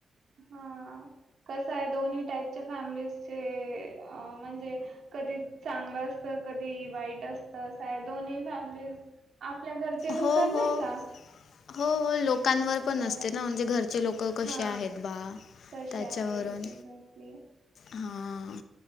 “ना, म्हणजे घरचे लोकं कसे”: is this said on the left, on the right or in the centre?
Left